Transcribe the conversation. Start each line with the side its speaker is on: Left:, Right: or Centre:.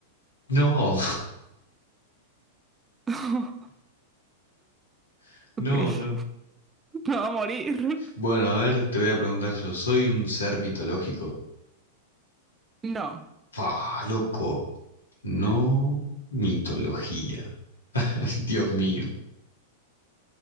Left: No,
Right: <laughs>
Left: <laughs>
Right: Ok,
Left: no, no.
Right: <laughs> me va a morir.
Left: Bueno, a ver, te voy a preguntar yo, ¿soy un ser mitológico?
Right: No,
Left: ¡Fa, loco! No mitología. <laughs> Ay, Dios mío.